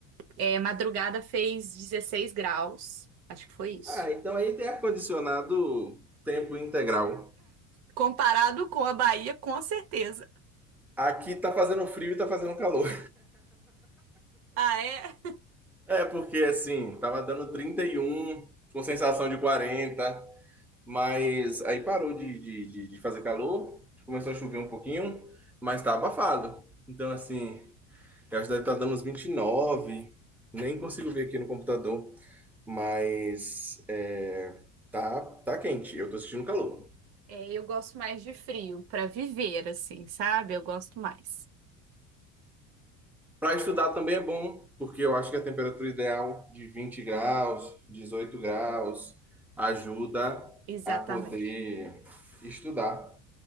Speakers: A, on the right (about 65°); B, in the centre.
A: É, madrugada fez 16 graus. Acho que foi isso.
B: Ah, então aí tem ar-condicionado tempo integral.
A: Comparado com a Bahia, com certeza.
B: Aqui tá fazendo frio e tá fazendo calor.
A: Ah, é?
B: É, porque assim, tava dando 31 com sensação de 40, mas aí parou de, de, de, de fazer calor, começou a chover um pouquinho, mas tá abafado. Então, assim, eu acho que deve estar dando uns 29. nem consigo ver aqui no computador. mas é, tá, tá quente. Eu tô sentindo calor.
A: É, eu gosto mais de frio para viver, assim, sabe? Eu gosto mais.
B: Para estudar também é bom, porque eu acho que a temperatura ideal de 20 graus, 18 graus, ajuda
A: Exatamente.
B: a poder estudar.